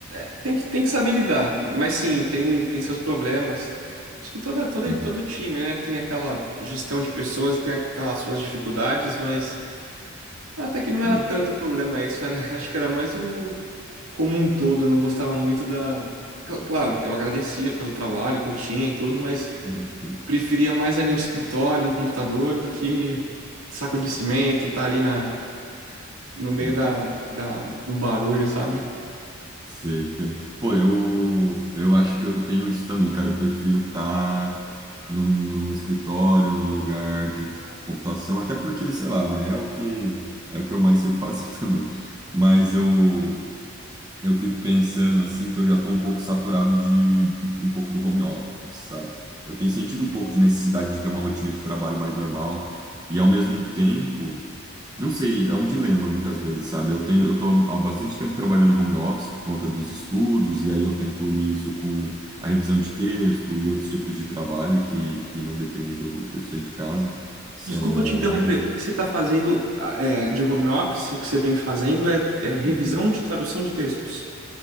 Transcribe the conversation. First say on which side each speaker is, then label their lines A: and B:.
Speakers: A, on the right; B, on the right.
A: é, tem que, tem que saber lidar, mas sim, tem, tem seus problemas. Acho que toda, toda,
B: Uhum,
A: todo time, né, tem aquela gestão de pessoas, tem aquelas suas dificuldades, mas até que não
B: sim.
A: era tanto problema isso, era, <laughs> acho que era mais o como um todo, eu não gostava muito da. Cl- Claro, eu agradecia pelo trabalho que eu tinha e tudo, mas
B: <laughs> Uhum,
A: preferia mais ali um escritório, um computador, do que saco de cimento, tá ali na, no meio
B: Uhum.
A: da, da, do barulho, sabe?
B: sim entendo. Pô, eu, eu acho que eu tenho isso também, cara. Eu prefiro estar num, num escritório, num lugar de tipo, computação, até porque, sei lá, né? É o que, é o que eu mais sei fazer <laughs> também. Mas eu, eu fico pensando, assim, que eu já tô um pouco saturado de, de um pouco do home office, sabe? Eu tenho sentido um pouco de necessidade de ter uma rotina de trabalho mais normal. E, ao mesmo tempo. Não sei, é um dilema muitas vezes, sabe? Eu tenho, eu tô há bastante tempo trabalhando no home office por conta dos estudos, e aí eu tento unir isso com a revisão de texto e outros tipos de trabalho que, que não dependem do, de eu sair de casa, que são
A: Desculpa
B: online.
A: te interromper. O que você está fazendo ah, é, de home office, o que você vem fazendo é, é revisão
B: Uhum.
A: de tradução de textos.